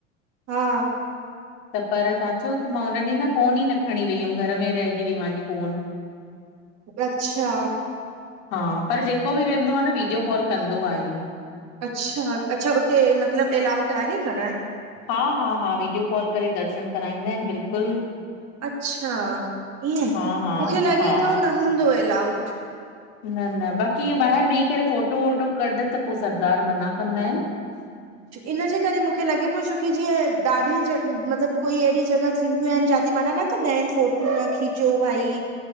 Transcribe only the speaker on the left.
त पर छा थियो की मां हुन ॾींहुं न फोन ई न खणी वई हुमि घर में रहिजी वई मुंहिंजी फोन
हा पर जेको बि वेंदो आहे न वीडियो कॉल कंदो आहे
हा हा हा वीडियो कॉल करे दर्शन कराईंदा आहिन बिल्कुलु
हा हा
हा
न न बाक़ी इअं ॿाहिरि बीह करे फोटो वोटो कढ त पोइ सरदार मना कंदा आहिन